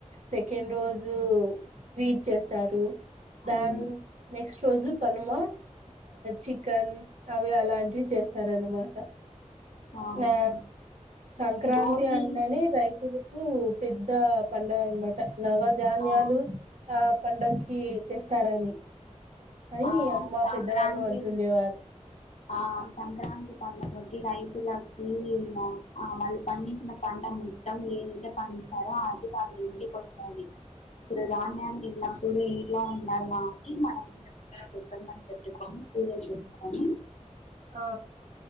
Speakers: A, on the right (about 65°); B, on the left (about 60°).
A: సెకండ్ రోజు స్వీట్ చేస్తారు దాన్
B: మ్మ్
A: నెక్స్ట్ రోజు కనుమ చికెన్ అవి అలాంటివి చేస్తారనమాట
B: ఆహా
A: ఆ సంక్రాంతి
B: భోగి
A: అంటనే రైతులు ఉ పెద్ద పండగ అనమాట నవధాన్యాలు
B: ఆ
A: ఆ పండగకి తెస్తారని అని
B: ఆ
A: మా
B: సంక్రాంతి
A: పెద్దవాళ్ళు అంటుండేవారు
B: ఆ సంక్రాంతి పండగకి రైతులకి ఆ వాళ్ళు పండించిన పం ట మొత్తం ఏదైతే పండించారో అది వాళ్ళు ఇంటికి వస్తది చిరు ధాన్యని ఎల్లపుడు ఇంట్లో ఉండాలని మనం ఇంటి ముందర గొబ్బలు మని పెట్టుకోని పూజ చేసుకొని
A: ఆ